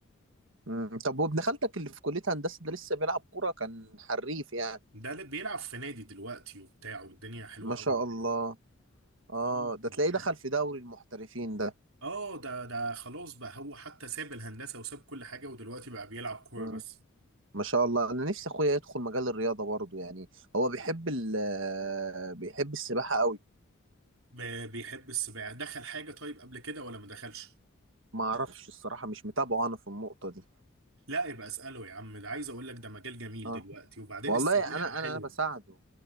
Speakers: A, on the right (about 65°); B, on the right (about 85°).
A: مم. طب وابن خالتك اللي في كليه هندسه ده لسه بيلعب كوره كان حريف يعني
B: ده اللي بيلعب في نادي دلوقتي وبتاع والدنيا حلوه
A: ما
B: قوي
A: شاء الله
B: يعني
A: اه
B: اه
A: ده تلاقيه
B: يعني
A: دخل في دوري المحترفين
B: اه ده ده خلاص بقى هو حتى ساب الهندسه وساب كل حاجه ودلوقتي بقى بيلعب كوره
A: ده
B: بس
A: ما شاء الله انا نفسي اخويا يدخل مجال الرياضه برضه يعني هو بيحب ال بيحب السباحه قوي
B: ب- بيحب السباحه دخل حاجه طيب قبل كده ولا ما دخلش
A: ما اعرفش الصراحه مش متابعه انا في النقطه دي
B: لا يبقى اساله يا عم ده عايز اقول لك ده مجال جميل
A: اه
B: دلوقتي وبعدين
A: والله
B: السباحه
A: انا
B: حلوه
A: انا انا بساعده